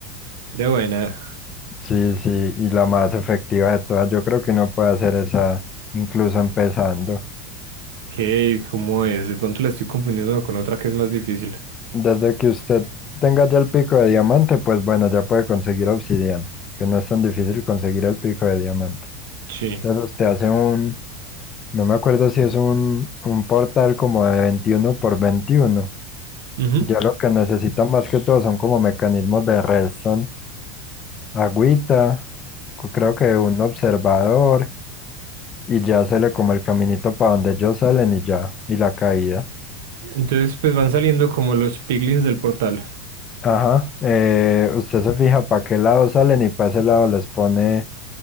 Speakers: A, on the right; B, on the left.
A: De buena.
B: Sí, sí, y la más efectiva de todas. Yo creo que uno puede hacer esa incluso empezando.
A: ¿Qué? ¿Cómo es? De pronto la estoy confundiendo con otra que es más difícil.
B: Desde que usted tenga ya el pico de diamante, pues bueno, ya puede conseguir obsidiana, que no es tan difícil conseguir el pico de diamante.
A: Sí.
B: Entonces usted hace un, no me acuerdo si es un, un portal como de 21 por 21.
A: Ujú.
B: ya lo que necesitan más que todo son como mecanismos de redstone, agüita, co- creo que un observador y ya se le como el caminito para donde ellos salen y ya, y la caída.
A: Entonces, pues van saliendo como los piglins del portal.
B: Ajá, eh, usted se fija para qué lado salen y para ese lado les pone